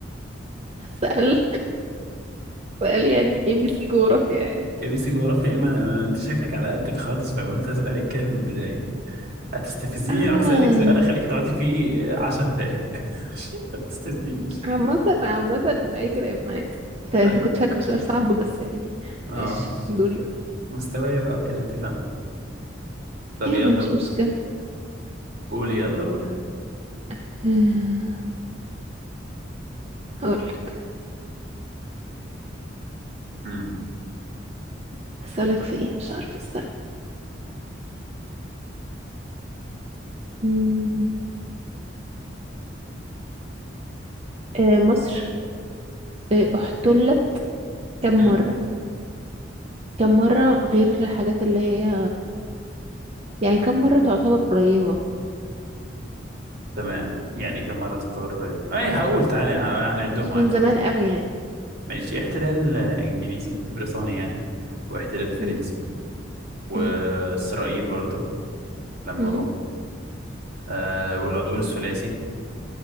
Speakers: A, on the right; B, on the right.
A: <laughs> سأل سأل يعني ايه بي سي جغرافيا يعني
B: اي بي سي جغرافيا ايه ما أنا- ما أنا- انت شكلك على قدك خالص فقلت اسألك كده من البداية هتستفزيني
A: اه
B: راح سألك سؤال اخليك تقعدي فيه عشر دقايق <laughs> ما تستفزنيش
A: عامة عامة أي كلام عادي انت انت
B: طيب
A: كنت فاكر سؤال صعب بس يعني
B: اه
A: ماشي دوري
B: مستوايا بقى وكده انت فاهم طب
A: يلا
B: يلا
A: مش
B: قول.
A: مشكلة
B: قولي يلا قولي
A: آه، هقولك
B: مم.
A: هسألك في ايه مش عارفة استنى مم. آه، مصر آه، احتلت كم
B: مم.
A: مرة كم مرة غير الحاجات اللي هي يعني كم مرة تعتبر قريبة
B: تمام يعني كم مرة تطور الرياض؟ اي هقول تعالي ه- هنعدهم
A: مش
B: هنعدهم
A: من زمان قوي يعني
B: ماشي احتلال آه، انجليزي بريطاني يعني واحتلال فرنسي
A: مم.
B: واسرائيل
A: مم.
B: برضو لما
A: مم.
B: جم آه والعدوان الثلاثي